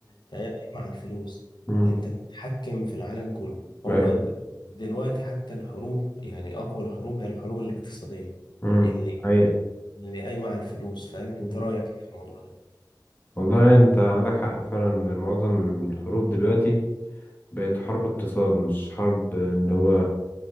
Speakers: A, on the left; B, on the left.
A: تهيألي مع الفلوس
B: مم،
A: يعني انت بتتحكم في العالم كله هو
B: ايوه
A: د- دلوقتي حتى الحروب يعني اقوى الحروب هي الحروب الاقتصادية
B: مم،
A: اللي
B: ايوه
A: اللي قايمة على الفلوس فاهم انت
B: مم.
A: رأيك ايه في الموضوع ده
B: والله انت عندك حق فعلا معظم الحروب دلوقتي بقت حرب اقتصاد مش حرب اللي هو